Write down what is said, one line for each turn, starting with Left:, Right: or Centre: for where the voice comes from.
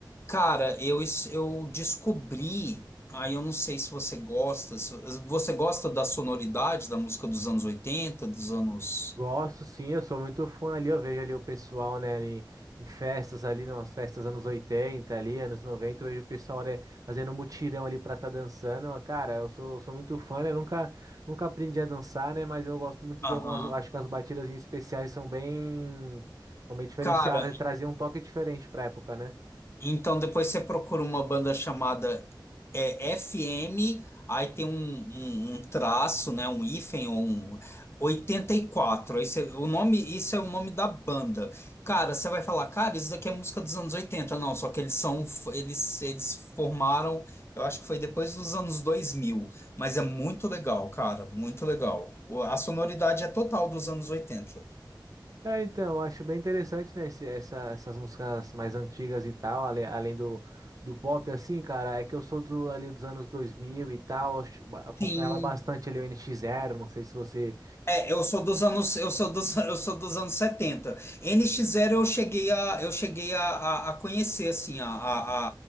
Left: Cara, eu es- eu descobri, aí eu não sei se você gosta, se- você gosta da sonoridade da música dos anos oitenta dos anos
Right: Gosto sim, eu sou muito fã ali, eu vejo ali o pessoal, né, ali em festas ali, nas festas anos 80 ali, anos 90 eu vejo o pessoal, né, fazendo mutirão ali pra tá dançando, cara, eu sou, sou muito fã, né, nunca, nunca aprendi a dançar, né, mas eu gosto muito
Left: Aham.
Right: de algumas, acho que as batidas em especiais são bem, são bem diferenciadas,
Left: Cara,
Right: traziam um toque diferente pra época, né?
Left: Então depois você procura uma banda chamada é, FM, aí tem um, um, um traço, né, um hífen ou um oitenta e quatro Aí você, o nome, isso é o nome da banda. Cara, você vai falar, cara, isso daqui é música dos anos oitenta Não, só que eles são eles eles formaram, eu acho que foi depois dos anos dois mil mas é muito legal, cara, muito legal. O- A sonoridade é total dos anos oitenta
Right: É, então, eu acho bem interessante, né, esse- essa- essas músicas mais antigas e tal, ale- além do, do pop, assim, cara, é que eu sou do, ali dos anos 2000 e tal, acho- ba- acompanhava
Left: Sim.
Right: bastante ali o NX Zero, não sei se você...
Left: É, eu sou dos anos, eu sou dos, <laughs> eu sou dos anos setenta. N NX Zero eu cheguei a, eu cheguei a, a, a conhecer assim a, a,